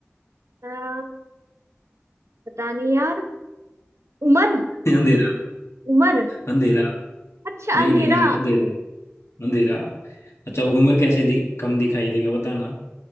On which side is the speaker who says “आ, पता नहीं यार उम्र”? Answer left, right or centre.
Right